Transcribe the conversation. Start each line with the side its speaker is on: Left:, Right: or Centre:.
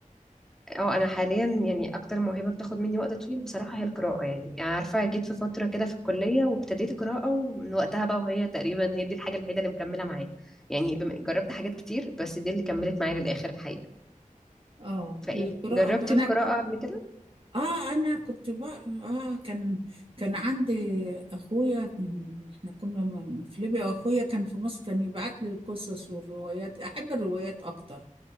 Centre: اه انا حاليا يعني اكتر موهبة بتاخد مني وقت طويل بصراحة هي القراءة يعني يعني عارفة جيت في فترة كده في الكلية وابتديت قراءة ومن وقتها بقى وهي تقريبا هي دي الحاجة الوحيدة اللي مكملة معايا يعني بم- جربت حاجات كتير بس دي اللي كملت معايا للآخر الحقيقة
Right: اه
Centre: فايه
Right: القراءة
Centre: جربتي
Right: انا
Centre: القراءة قبل كده
Right: اه انا كنت بقرا اه كان كان عندي اخويا كان- احنا كنا م- في ليبيا واخويا كان في مصر كان يبعت لي القصص والروايات احب الروايات اكتر